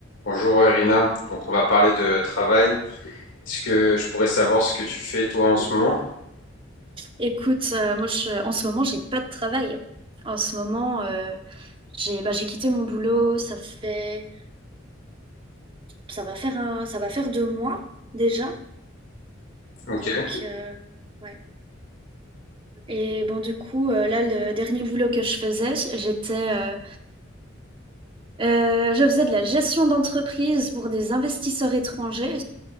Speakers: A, on the left; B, on the right.
A: Bonjour Irina, donc on va parler de travail. Est-ce que je pourrais savoir ce que tu fais toi en ce moment?
B: Écoute, euh, moi je, en ce moment, j'ai pas de travail. En ce moment, euh, j'ai bah, j'ai quitté mon boulot, ça fait ça va faire un, ça va faire deux mois déjà.
A: Ok.
B: Donc euh, ouais. Et bon du coup, euh, là le dernier boulot que je faisais, j'étais euh, euh, je faisais de la gestion d'entreprise pour des investisseurs étrangers.